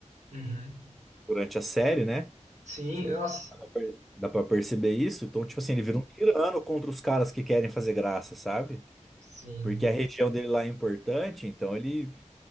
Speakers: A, on the right; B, in the centre.
A: Uhum.
B: durante a série, né?
A: Sim,
B: Você-
A: nossa.
B: dá pra per- dá pra perceber isso? Então, tipo assim, ele vira um tirano contra os caras que querem fazer graça, sabe?
A: Sim.
B: Porque a região dele lá é importante, então ele.